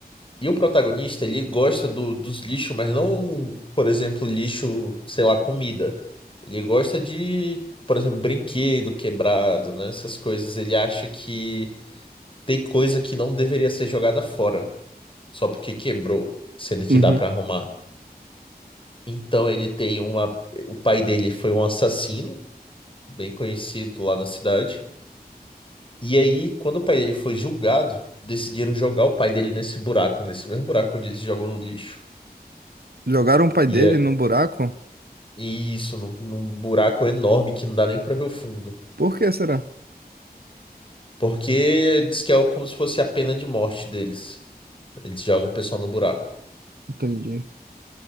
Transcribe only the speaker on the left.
E o protagonista, ele gosta do- dos lixos, mas não, por exemplo, lixo, sei lá, comida. Ele gosta de, por exemplo, brinquedo quebrado, né? Essas coisas. Ele acha que tem coisa que não deveria ser jogada fora, só porque quebrou, sendo que
dá pra arrumar. Então ele tem uma. O pai dele foi um assassino, bem conhecido lá na cidade. E aí, quando o pai dele foi julgado, decidiram jogar o pai dele nesse buraco, nesse mesmo buraco onde eles jogam no lixo.
e é
Isso, num, num buraco enorme que não dá nem pra ver o fundo.
Porque diz que é como se fosse a pena de morte deles. Eles jogam o pessoal no buraco.